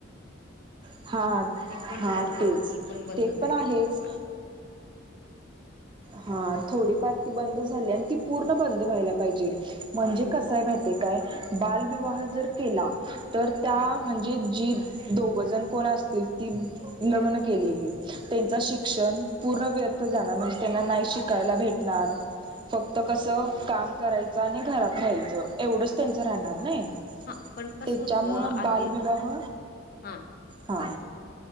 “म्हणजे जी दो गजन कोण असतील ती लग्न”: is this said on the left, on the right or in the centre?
Right